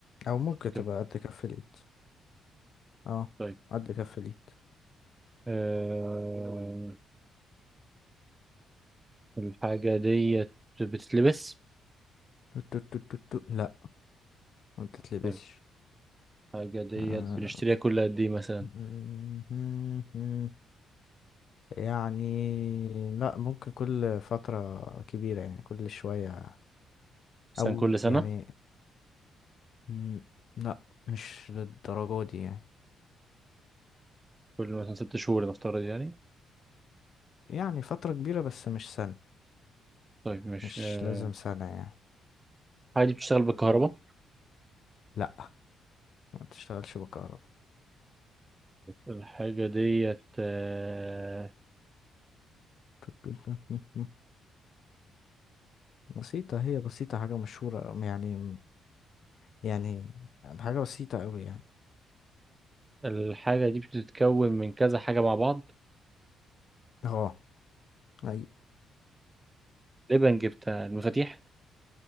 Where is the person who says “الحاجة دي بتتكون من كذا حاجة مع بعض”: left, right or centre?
Right